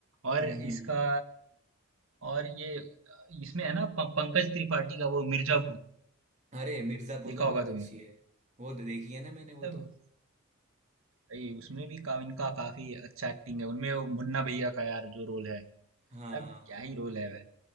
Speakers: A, on the right (about 65°); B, on the right (about 35°).
A: और
B: हम्म
A: इसका
B: हम्म हम्म।
A: और ये इसमें है ना प- पंकज त्रिपाठी का वो मिर्जापुर
B: अरे मिर्जापुर
A: देखा
B: तो बहुत
A: होगा तुमने
B: अच्छी है वो तो देखी है ना मैंने वो
A: मतलब
B: तो
A: भाई उसमें भी का, इनका काफी अच्छा एक्टिंग है उनमें वो मुन्ना भैया का यार जो रोल है
B: हाँ
A: अब
B: हाँ हाँ
A: क्या ही रोल है भाई